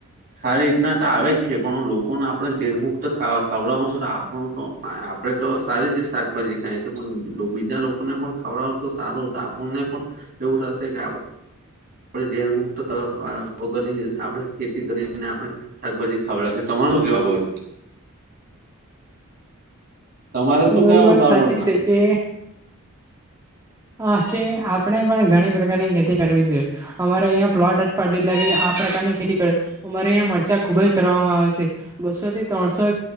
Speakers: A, on the right; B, on the right.
A: સારી <unintelligible> રીતના આવે જ છે પણ લોકોને આપણે ઝેર મુક્ત ખવડાવશુ છ આપણું તો આપણેે તો સારી જ શાકભાજી ખાયે છે. પણ બીજા લોકોને પણ ખાવડાવશુ તો સારું આપણને પણ એવું થશે કે આપણે ઝેર મુક્ત ઓગિક <unintelligible> આપણે ખેતી કરીને આપડણે શાકભાજી ખવાડ તમારું કેવા <unintelligible> બ એ તમારે
B: તમારી
A: શું કેવા
B: વાત
A: બાબતમાં
B: સાચી છે કે હા કે આપણેે પણ ઘણી પ્રકારની ખેતી કરવી જોઈએ. અમારે અહીં પ્લોટ જ પાડી <unintelligible> <inaudible> લાગે આ પ્રકારની ખેતી કરે અમારે અહીંયા મરચા ખુબ જ કરવામાં આવે છે બસો થી ત્રણસો